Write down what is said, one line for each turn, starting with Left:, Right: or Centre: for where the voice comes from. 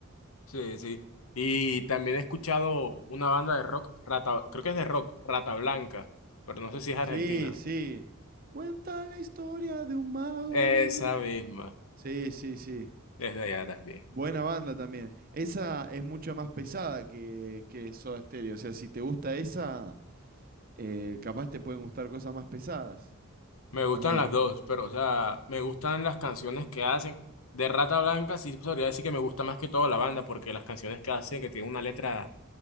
Left: Sí, sí. Y también he escuchado una banda de rock, Rata, creo que es de rock, Rata Blanca, pero no sé si es argentina.
Right: Sí, sí. Cuenta la historia de un mago
Left: Esa
Right: con...
Left: misma,
Right: Sí, sí, sí.
Left: es de allá también.
Right: Buena banda también. Esa es mucho más pesada que, que Soda Stereo. O sea, si te gusta esa, eh, capaz te pueden gustar cosas más pesadas
Left: Me gustan
Right: también.
Left: las dos, pero o sea, me gustan las canciones que hacen. De Rata Blanca sí podría decir que me gusta más que todo la banda, porque las canciones que hacen que tienen una letra,